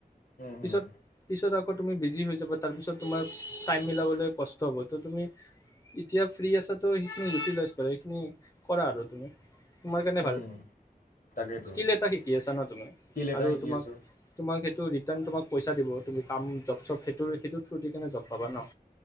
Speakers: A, on the left; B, on the left.
A: উম হম
B: পিছত পিছত আকৌ তুমি বিজি হৈ যাবা তাৰপিছত তোমাৰ টাইম মিলাবলৈ কষ্ট হ'ব তো তুমি এতিয়া ফ্ৰী আছা তো সেইখিনি ইউটিলাইজ কৰা সেইখিনি কৰা আৰু তুমি তোমাৰ কাৰণে ভাল
A: উম তাকেইতো
B: স্কিল এটা শিকি আছা ন তুমি
A: স্কিল এটা
B: আৰু
A: শিকি
B: তোমাক
A: আছোঁ
B: তোমাক সেইটো ৰিটাৰ্ণ তোমাক পইচা দিব তুমি কাম জব চব সেইটো সেইটো থ্ৰু দি কিনে জব পাবা ন